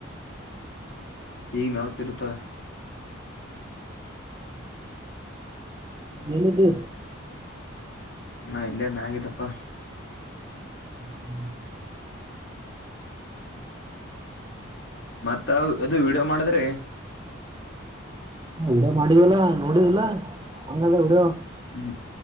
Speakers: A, on the left (about 65°); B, on the right (about 20°).
A: ಈ ನವ್ತಿರುತ್ತ
B: ಹ್ಮ್ ನಿಮಗು
A: ನಾ ಇಲ್ಲೇ ಮ್ಯಗಿದಪ್ಪ
B: ಹ್ಮ ಹ್ಮ್
A: ಮತ್ತ ಅದು ವಿಡಿಯೋ ಮಾಡಿದ್ರೆ
B: ಹ ವಿಡಿಯೋ ಮಾಡಿದಲ್ಲ ನೋಡಿದಿಲ್ಲ ಹಂಗದ ವಿಡಿಯೋ
A: ಹ್ಮ್